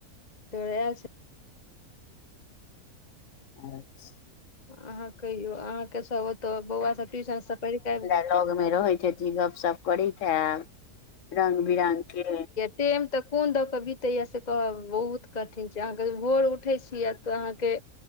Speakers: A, on the left (about 30°); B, on the left (about 60°).
A: तोरे छै <unintelligible>
B: अच्छा
A: अहाँ कहियो अहाँके सब ओतऽ बौआ सब ट्यूशन स पढ़ि क आइब गेल
B: लग मे रहैत हति गप सप करैत हेब रंग बिरंग के
A: टेइम तऽ कोन दऽ कऽ बीतैया से कहब बहुत कठिन छै अहाँके भोर उठै छियै आ तऽ अहाँके